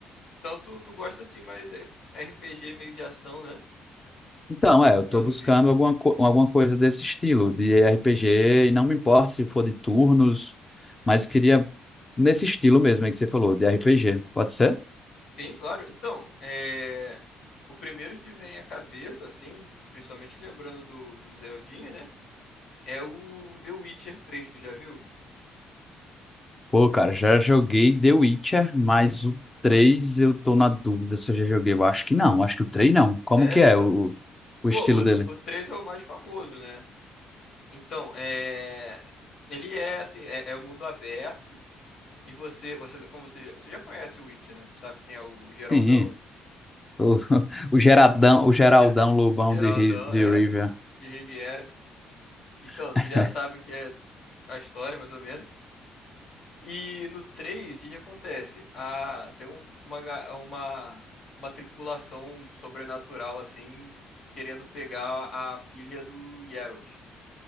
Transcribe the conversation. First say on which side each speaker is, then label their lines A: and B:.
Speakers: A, on the left (about 65°); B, on the left (about 20°).
A: Então tu, tu gosta assim, mas é RPG meio de ação, né?
B: Então, é, eu tô
A: Pelo
B: buscando
A: visto.
B: alguma, co- alguma coisa desse estilo, de RPG, e não me importa se for de turnos, mas queria nesse estilo mesmo aí que você falou, de RPG. Pode ser?
A: Sim, claro. Então, é... o primeiro que vem à cabeça, assim, principalmente lembrando do, do Zeldinha, né? É o The Witcher 3, tu já viu?
B: Pô, cara, já joguei The Witcher, mas o 3 eu tô na dúvida se eu já joguei. Eu acho que não, acho que o 3 não. Como
A: É,
B: que é
A: então,
B: o, o
A: pô,
B: estilo
A: o,
B: dele?
A: o 3 é o mais famoso, né? Então, é... ele é assim, é, é o mundo aberto e você, você, como você, já- você já conhece o Witcher, né? Tu sabe quem é o Geraldão?
B: Sim, o, <laughs> o Geradão, o Geraldão
A: Ge-
B: Lobão
A: Geraldão
B: de, Ri- de
A: é
B: Rivia.
A: de Riviera. Então,
B: <laughs>
A: tu já sabe o que é a história, mais ou menos. E no 3, o que que acontece? A, tem um- uma, ga- uma, uma tripulação sobrenatural, assim, querendo pegar a, filha do Geralt.